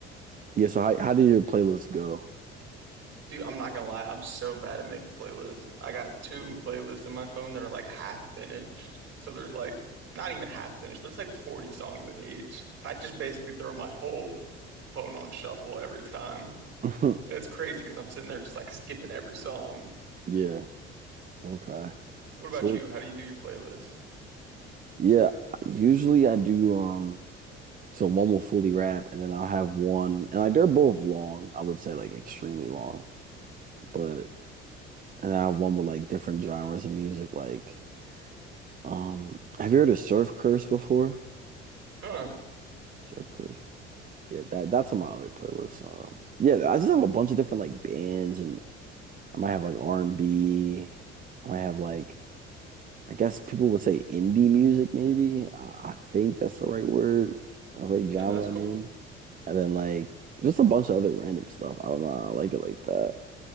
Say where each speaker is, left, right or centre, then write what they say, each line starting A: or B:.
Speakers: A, on the right; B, on the right.
A: Yeah, so how how did your playlist go?
B: Dude, I'm not gonna lie, I'm so bad at making playlists. I got two playlists on my phone that are like half finished. So there's like not even half finished. There's like 40 songs in each. I just basically throw my whole phone on shuffle every time.
A: Yeah. <laughs>
B: And it's crazy because I'm sitting there just like skipping every song.
A: Yeah. Okay.
B: What about
A: So what-
B: you? How do you do your playlist?
A: yeah, usually I do um so one will fully rap and then I'll have one and like they're both long, I would say like extremely long. But and I have one with like different genres of music like um have you heard of Surf Curse before?
B: Huh.
A: Surf Curse. Yeah, that that's on my other playlist. Um yeah, I just have a bunch of different like bands and I might have like R and B. I might have like I guess people would say indie music, maybe. I I think that's the right word, or right genre,
B: Yeah, that's cool.
A: I mean. And then like just a bunch of other random stuff. I don't know. I like it like that.